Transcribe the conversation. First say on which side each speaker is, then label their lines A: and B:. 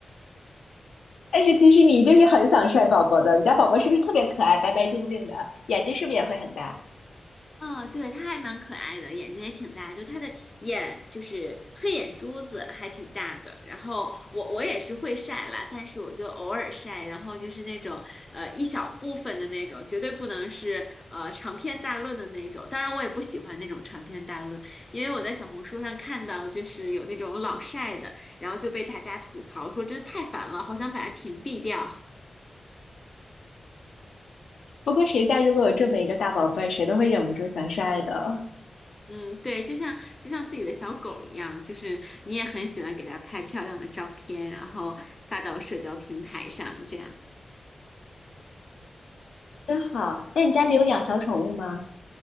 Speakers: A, on the left; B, on the left.
A: 但是其实你一定是很想晒宝宝的，你家宝宝是不是特别可爱，白白净净的，眼睛是不是也会很大？
B: 嗯，对，它还蛮可爱的，眼睛也挺大，就它的眼就是黑眼珠子还挺大的。然后我我也是会晒啦，但是我就偶尔晒，然后就是那种呃一小部分的那种，绝对不能是呃长篇大论的那种。当然，我也不喜欢那种长篇大论，因为我在小红书上看到就是有那种老晒的，然后就被大家吐槽说真的太烦了，好想把它屏蔽掉。
A: 不过谁家如果有这么一个大宝贝儿谁都会忍不住想晒的。
B: 嗯，对，就像就像自己的小狗一样，就是你也很喜欢给它拍漂亮的照片，然后发到社交平台上，这样。
A: 真好，那你家里有养小宠物吗？